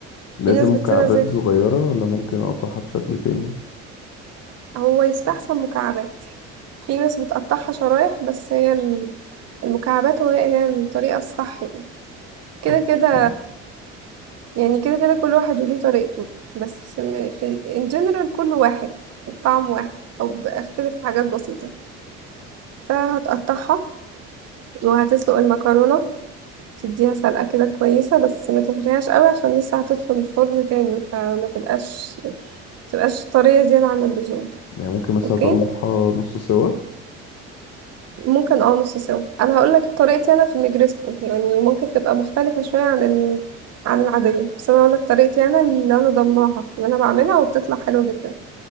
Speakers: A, on the left; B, on the right.
A: لازم
B: في ناس بتسيبها
A: مكعبات
B: زي
A: صغيرة ولا ممكن أقطعها بشكل تاني
B: هو يستحسن مكعبات في ناس بتقطعها شرايح بس هي ال- المكعبات هي هي الطريقه الصح يعني كده
A: أوكي
B: كده يعني كده كده كل واحد وليه طريقته بس م- في ان جنرال كله واحد الطعم واحد او بيختلف في حاجات بسيطة فهتقطعها وهتسلق المكرونة تديها سلقة كده كويسة بس ما تهريهاش قوي عشان لسه هتدخل الفرن تاني فما تبقاش تبقاش طرية زيادة عن اللزوم
A: يعني ممكن مثلا
B: اوكي
A: أطلعها نص سوا
B: ممكن اه نص سوا انا هقول لك طريقتي انا في النجريسكو يعني ممكن تبقى مختلفة شوية عن ال... عن العادية بس انا هقول لك طريقتي انا اللي انا ضمناها اللي انا بعملها وبتطلع حلوة جدا